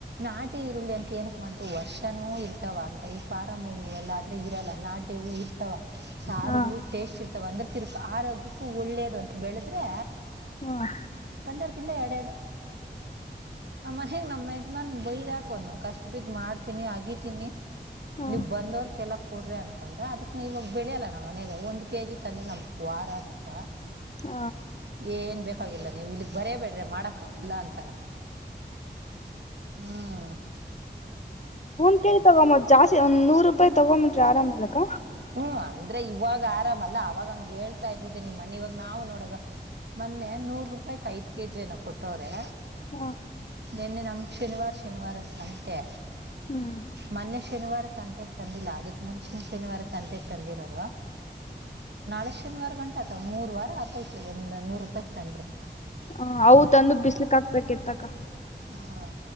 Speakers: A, on the right; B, on the left.
A: ನಾಟಿ ಈರುಳ್ಳಿ ಅಂತ ಏನಕ್ ಮಾಡತು ವರ್ಷನೂ ಇರ್ತವ ಅಂತ ಈ ಾರಮುಗಳು ಎಲ್ಲ ಆದ್ರೆ ಇರಲ್ಲ ನಾಟಿ. ವು ಇರ್ತಾವ ಸಾರುಗಳು
B: ಹ
A: ಟೇಸ್ಟ್ ಇರ್ತಾವ ಅಂದ್ರೆ ತಿರ್ಕ ಆರೋಗ್ಯಕ್ಕೂ ಒಳ್ಳೇದು ಅಂತ ಬೆಳದ್ರೆ.
B: ಹ್ಮ
A: ಒಂದರ್ಕಿಂತ ಎರಡೆ ಎರಡು. ಆ ಮನೆಗ ನಮ್ ಯಜಮಾನ್ ಬೈದಾಕೋನು ಕಷ್ಟ ಬಿದ್ ಮಾಡ್ತೀನಿ ಅಗಿತೀನಿ.
B: ಹ
A: ನೀವ್ ಬಂದವ್ರಲ್ಲ ಕುಡ್ರಿ ಅನ್. ಕೊಂಡ ಅದಕ್ ಇವಾಗ ಬೆಳೆಯಲ್ಲ ನಮ್ಮ ಮನಯಾಗ ಒಂದ್ ಕೆಜಿ ತಂದ್ರೆ ನಮ್ಕ್ ವಾರ ಆತದ.
B: ಹ
A: ಏನ್ ಬೇಕಾಗಿಲ್ಲ ನೀವು ಇಲ್ಲಿಗ್ ಬರಬೇಡ್ರಿ ಮಾಡಕ್ಕ ಅವೆಲ್ಲ ಅಂತಾನ. ಹ್ಮ
B: ಒಂದ್ ಕಿ ತಗೊಬೋದ ಜಸ್ತಿ ಒಂದ ನೂರು ರೂಪಾಯಿ ತಗೊಂಬಿಟ್ರಿ ಆರಾಮ್ಲಕ.
A: ಹ್ಮ್ ಅಂದ್ರೆ ಇವಾಗ ಆರಾಮಲ್ಲ ಅವಾಗ ಹಂಗ ಹೇಳ್ತಾ ಇದಿದ್ದ ನಿಮ್ಮ ಮಣ್ಣ ಇವಾಗ ನಾವು ನೋಡಗ. ಮೊನ್ನೆ ನೂರ್ ರೂಪಾಯಕ್ ಐದ ಕೆಜಿ ನ ಕೊಟ್ಟವ್ರೆ.
B: ಹ
A: ನಿನ್ನೆ ನಮಕ್ ಶನಿವಾರ ಶನಿವಾರ ಸಂತೆ.
B: ಹ್ಮ್
A: ಮೊನ್ನೆ ಶನಿವಾರ ಸಂತೆಾಗ ತಂದಿಲ್ಲ ಅದಕ್ ಮುಂಚಿನ ಶನಿವಾರ. ಸಂತೆಗೆ ತಂದಿರೋದು. ನಾಳೆ ಶನಿವಾರ ಗಂಟಾ ಆತವ ಮೂರ್ ವಾರ ಆತೈತ ಒಂದ ನೂರು ರೂಪಾಯಿ ತಂದ್ರೆ.
B: ಹ ಅವು ತಂದು ಬಿಸ್ಲಿಕ್ ಹಾಕ್ಬೇಕೆತ್ತಕ್ಕ.
A: ಹ